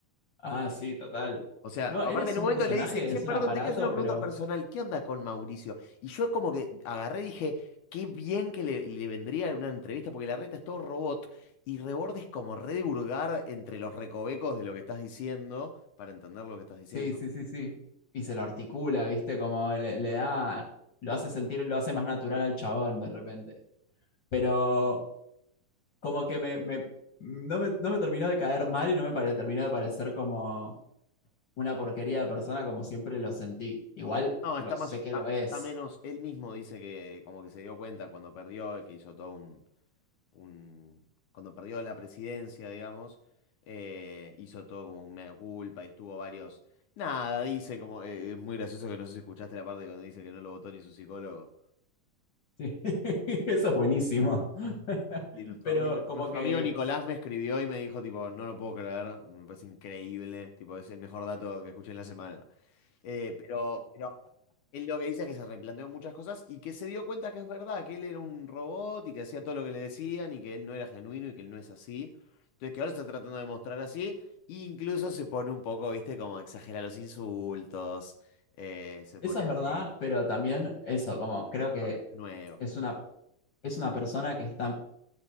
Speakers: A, on the left (about 40°); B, on the left (about 75°).
A: Ah, sí, total.
B: O sea,
A: No,
B: aparte
A: él es
B: en
A: un
B: un momento
A: personaje,
B: le dice, che,
A: es
B: perdón,
A: un aparato,
B: te quiero hacer una pregunta
A: pero
B: personal, ¿qué onda con Mauricio? Y yo como que agarré y dije, qué bien que le, le vendría una entrevista, porque la reta es todo robot, y Reborde es como redurgar entre los recovecos de lo que estás diciendo, para entender lo que estás diciendo.
A: sí, sí, sí, sí. Y se lo articula, ¿viste? Como le, le da, lo hace sentir, lo hace más natural al chabón de repente. Pero como que me, me- no me, no me terminó de caer mal y no me pare- terminó de parecer como una porquería de persona como siempre lo sentí. Igual
B: No,
A: lo
B: está más,
A: sé que
B: está,
A: lo es.
B: está menos, él mismo dice que como que se dio cuenta cuando perdió, que hizo todo un, un- cuando perdió la presidencia, digamos, eh, hizo todo como un mea culpa y estuvo varios. Nada, dice como, eh, es muy gracioso que no sé si escuchaste la parte cuando dice que no lo votó ni su psicólogo.
A: Sí, <laughs> Eso es buenísimo. <laughs>
B: Y nuestro
A: Pero
B: amigo,
A: como
B: nuestro
A: que
B: amigo Nicolás me escribió y me dijo, tipo, no lo puedo creer, me parece increíble, tipo, es el mejor dato que escuché en la semana. Eh, pero, pero Él lo que dice es que se replanteó muchas cosas y que se dio cuenta que es verdad, que él era un robot y que hacía todo lo que le decían y que él no era genuino y que él no es así. Entonces que ahora está tratando de mostrar así, e incluso se pone un poco, viste, como exagera los insultos, eh, se
A: eso
B: pone
A: es
B: así.
A: verdad, pero también eso, como creo
B: Es un
A: que
B: personaje nuevo,
A: es una, es una persona que está,